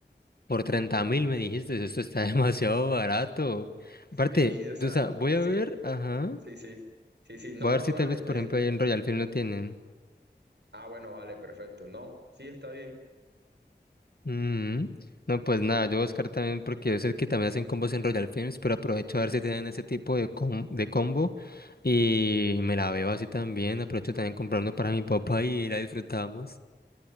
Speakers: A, on the left (about 60°); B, on the right (about 75°).
A: Por treinta mil me dijiste, esto está <laughs> demasiado barato. Aparte,
B: Sí, o sea,
A: o sea, voy
B: sí,
A: a ver,
B: eh,
A: ajá.
B: sí, sí, sí, sí, no,
A: Voy a ver
B: no,
A: si
B: dale,
A: tal vez,
B: me,
A: por ejemplo,
B: me-
A: ahí en Royal Film lo tienen.
B: ah, bueno, vale, perfecto, no, sí, está bien.
A: Mm, No, pues nada, yo voy a buscar también porque yo sé que también hacen combos en Royal Films, pero aprovecho a ver si tienen ese tipo de, com- de combo y me la veo así también. Aprovecho también comprando para mi papá y la disfrutamos.